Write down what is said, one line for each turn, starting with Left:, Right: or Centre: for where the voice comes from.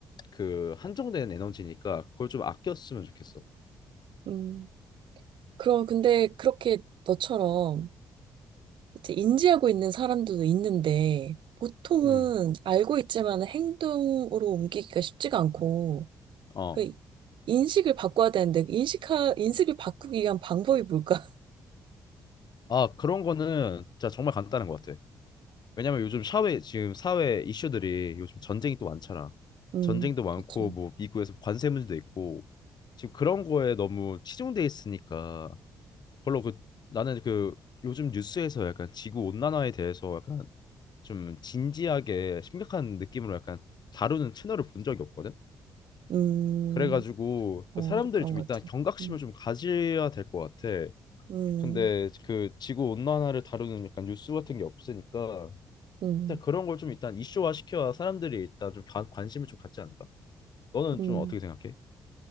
Left: 그 한정된 에너지니까 그걸 좀 아꼈으면 좋겠어.
Right: 음. 그럼 근데 그렇게 너처럼 이제 인지하고 있는 사람들도 있는데 보통은
Left: 음.
Right: 알고 있지만 행동으로 옮기기가 쉽지가 않고
Left: 어.
Right: 그 인식을 바꿔야 되는데 그 인식하 인식을 바꾸기 위한 방법이 뭘까? <laughs>
Left: 아 그런 거는 진짜 정말 간단한 것 같아. 왜냐면 요즘 사회 지금 사회 이슈들이 요즘 전쟁이 또 많잖아.
Right: 음,
Left: 전쟁도 많고
Right: 그렇죠.
Left: 뭐 미국에서 관세 문제도 있고 지금 그런 거에 너무 치중돼 있으니까 별로 그 나는 그 요즘 뉴스에서 약간 지구 온난화에 대해서 약간 좀 진지하게 심각한 느낌으로 약간 다루는 채널을 본 적이 없거든.
Right: 음,
Left: 그래가지고
Right: 어,
Left: 그 사람들이
Right: 뭐 그런
Left: 좀
Right: 것
Left: 일단
Right: 같아.
Left: 경각심을
Right: 음,
Left: 좀 가져야 될 것 같아.
Right: 음,
Left: 근데 그 지구 온난화를 다루는 약간 뉴스 같은 게 없으니까
Right: 음,
Left: 일단 그런 걸 좀 일단 이슈화 시켜야 사람들이 일단 좀 관, 관심을 좀 갖지 않을까? 너는
Right: 음.
Left: 좀 어떻게 생각해?